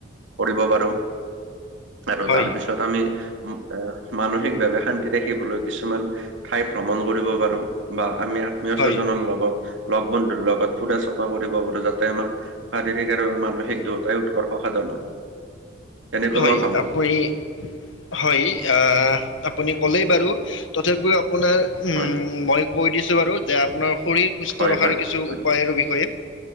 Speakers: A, on the right; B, on the left.
A: কৰিব পাৰো। আৰু
B: হয়
A: তাৰপিছত আমি এ মানসিকভাৱে শান্তি ৰাখিবলৈ কিছুমান ঠাই ভ্ৰমণ কৰিব পাৰো বা আমি আত্মীয়
B: হয়
A: স্বজনৰ লগত লগ বন্ধুৰ লগত ফুৰা চকা কৰিব পাৰো যাতে আমাৰ শাৰীৰিক আৰু মানুহিক দুয়োটাই উৎকৰ্ষ সাধন হয়। তেনেকৈ
B: হয়
A: মই ভাবো
B: আপুনি হয় আহ আপুনি ক'লেই বাৰু
A: উম,
B: তথাপিও আপোনাৰ
A: হয়
B: মই কৈ দিছোঁ বাৰু যে আপোনাৰ শৰীৰ সুস্থ
A: হয়
B: ৰখাৰ
A: হয়
B: কিছু
A: হয়
B: বিষয়ে